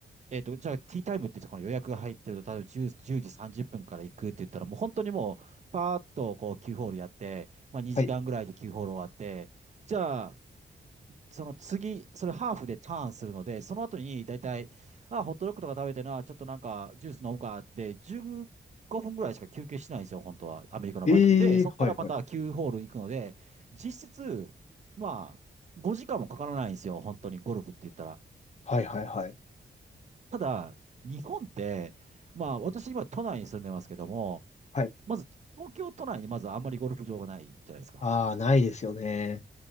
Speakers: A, on the right; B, on the left.
A: えっと、じゃあ、ティータイムっていうところに予約が入ってると、例えば10、時30分から行くって言ったら、もう本当にもう、パーッとこう9ホールやって、まあ、2時間ぐらいで9ホール終わって、
B: はい。
A: じゃあ、その次、それハーフでターンするので、その後に大体、あ、ホットドッグとか食べてな、ちょっとなんかジュース飲むかって、15分ぐらいしか休憩しないんですよ、本当は、アメリカの場合って。
B: ええはい、
A: で、そこからまた9ホール行くので、
B: はい。
A: 実質、まあ、5時間もかからないんですよ、本当にゴルフって言ったら。
B: はい、はい、はい。
A: ただ、日本って、まあ、私今都内に住んでますけども、
B: はい。
A: まず東京都内にまずあんまりゴルフ場がないじゃないですか。
B: ああ、ないですよね。